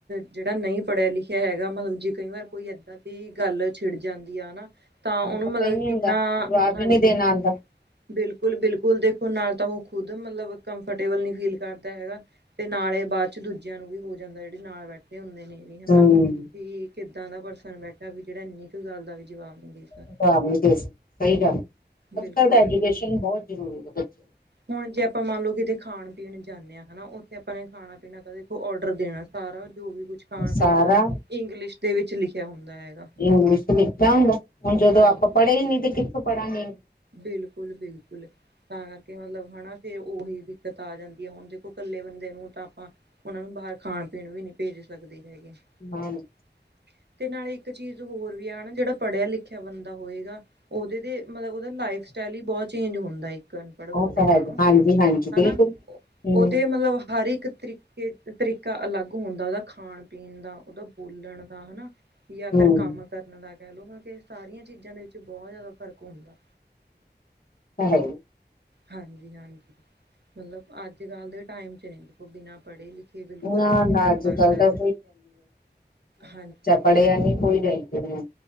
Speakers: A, on the right; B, on the left.
A: ਜਿਹੜਾਂ ਨਹੀਂ ਪੜ੍ਹਿਆ ਲਿਖਿਆਂ ਹੈਗਾ ਮੱਤਲਬ ਜੇ ਕਈ ਵਾਰ ਕੋਈ ਏਦਾਂ ਦੀ ਗੱਲ਼ ਛਿੜ ਜਾਂਦੀ ਆ ਨਾ। ਤਾਂ ਉਹਨੂੰ
B: ਪਤਾ
A: ਮੱਤਲਬ
B: ਹੀ ਨਹੀਂ
A: ਕਿੰਨਾਂ।
B: ਹੁੰਦਾ ਜਵਾਬ
A: ਹਾਂਜੀ
B: ਵੀ ਨੀ ਦੇਣਾ ਆਉਂਦਾ
A: ਬਿਲਕੁੱਲ ਬਿਲਕੁੱਲ ਦੇਖੋਂ ਨਾ ਤਾਂ ਉਹ ਖ਼ੁਦ ਮੱਤਲਬ ਕੰਫਰਟੇਬਲ ਨ੍ਹੀਂ ਫੀਲ ਕਰਦਾਂ ਹੈਗਾ। ਤੇ ਨਾਲ਼ੇ ਬਾਅਦ ਚ ਦੂਜਿਆਂ ਨੂੰ ਵੀ ਹੋ ਜਾਂਦਾਂ। ਜਿਹੜੇ ਨਾਲ਼ ਬੈਠੇਂ ਹੁੰਦੇ ਨੇਂ ਵੀ ਹਨਾ
B: ਹਮ
A: ਵੀ। ਕਿੱਦਾਂ ਦਾ ਪਰਸਨ ਬੈਠਾਂ ਵੀ ਜਿਹੜਾਂ ਇੰਨੀ ਕ ਗੱਲ਼ ਦਾ ਵੀ ਜਵਾਬ ਨ੍ਹੀਂ ਦੇ। ਸਕਦਾ
B: ਜਵਾਬ ਨੀਂ ਦੇ ਸਕਦਾਂ। ਸਹੀ ਗੱਲ਼
A: ਬਿਲਕੁਲ
B: ਅੱਜ਼ ਕੱਲ੍ਹ ਤਾਂ ਐਜੂਕੇਸ਼ਨ
A: ਬਿਲਕੁਲ
B: ਬਹੁਤ ਜ਼ਰੂਰੀ ਹੈਂ। ਬੱਚਿਆਂ
A: ਹੁਣ ਜੇ ਆਪਾਂ ਮੰਨ ਲਓ ਕਿਤੇ ਖਾਣ ਪੀਣ ਜਾਂਨੇ ਹਾ ਹਨਾ ਉੱਥੇ ਆਪਾਂ ਨੇਂ ਖਾਣਾਂ ਪੀਣਾਂ ਤਾਂ ਦੇਖੋ ਓਡਰ ਦੇਣਾ ਸਾਰਾ ਜ਼ੋ ਵੀ ਕੁੱਛ ਖਾਣ
B: ਸਾਰਾ
A: ਪੀਣ ਦਾ ਇੰਗਲਿਸ਼ ਦੇ ਵਿੱਚ ਲਿਖਿਆਂ ਹੁੰਦਾਂ ਹੈਗਾ।
B: ਇੰਗਲਿਸ਼ ਚ ਲਿਖਿਆਂ ਹੁੰਦਾਂ ਹੁਣ ਜਦੋਂ
A: ਹਾਂਜੀ
B: ਆਪਾਂ ਪੜ੍ਹੇ ਹੀ ਨੀਂ ਤੇ ਕਿੱਥੋਂ ਪੜਾਂਗੇ।
A: ਬਿਲਕੁੱਲ ਬਿਲਕੁੱਲ। ਤਾਂ ਕਰਕੇ ਮੱਤਲਬ ਹਨਾ। ਤੇ ਉਹੀ ਦਿੱਕਤ ਆ ਜਾਂਦੀ ਹੈਂ। ਹੁਣ ਦੇਖੋਂ ਇਕੱਲੇ ਬੰਦੇ ਨੂੰ ਤਾਂ ਆਪਾਂ। ਉਹਨਾਂ ਨੂੰ ਬਾਹਰ ਖਾਣ ਪੀਣ ਵੀ ਨੀਂ ਭੇਜ ਸਕਦੇ ਹੈਗੇ।
B: ਹਾਂਜੀ।
A: <inaudible> ਤੇ ਨਾਲ਼ੇ ਇੱਕ ਚੀਜ਼ ਹੋਰ ਵੀ ਆ ਨਾ ਜਿਹੜਾਂ ਪੜ੍ਹਿਆ ਲਿਖਿਆਂ ਬੰਦਾਂ ਹੋਏਗਾ। ਉਹਦੇ ਦੇ ਮੱਤਲਬ ਉਹਦਾ ਲਾਈਫ ਸਟਾਇਲ ਹੀ ਬਹੁਤ ਚੇਂਜ ਹੁੰਦਾਂ ਹੈਂ। ਅਨਪੜ੍ਹ ਬੰਦੇ
B: ਉਹ ਤਾਂ
A: ਨਾਲ਼ੋਂ
B: ਹੈਗਾ ਹਾਂਜੀ ਹਾਂਜੀ ਬਿਲਕੁਲ
A: ਹਨਾ।
B: ਹਮ
A: ਉਹਦੇ ਮੱਤਲਬ ਹਰ ਇੱਕ ਤਰੀਕ਼ੇ। ਇੱਕ ਤਰੀਕਾਂ ਅਲੱਗ ਹੁੰਦਾਂ ਉਹਦਾ। ਖਾਣ ਪੀਣ ਦਾ ਉਹਦਾ ਬੋਲਣ ਦਾ ਹਨਾ। ਵੀ ਜਾਂ
B: ਹਮ
A: ਫ਼ਿਰ ਕੰਮ। ਕਰਨ ਦਾ ਕਹਿ ਲਓ ਕਿ ਸਾਰੀਆਂ ਚੀਜ਼ਾਂ ਦੇ ਵਿੱਚ ਬਹੁਤ ਜਾਦਾ ਫ਼ਰਕ ਹੁੰਦਾ।
B: ਹੈ ਹੀ।
A: ਹਾਂਜੀ-ਹਾਂਜੀ ਮੱਤਲਬ ਅੱਜ ਕੱਲ੍ਹ ਦੇ ਟਾਇਮ ਚ <unintelligible> ਉਹ ਬਿਨ੍ਹਾਂ ਪੜ੍ਹੇ ਲਿੱਖੇ ਬਿਲਕੁੱਲ
B: ਨਾ
A: ਵੀ ਨੀ
B: ਨਾ
A: ਕਰ
B: ਅੱਜ
A: ਸਕਦਾਂ
B: ਕੱਲ ਤਾਂ
A: ਹੈਗਾ ਹਾਂਜੀ।
B: ਪੜਿਆ ਨੀ ਕੋਈ <unintelligible> ਨੀਂ।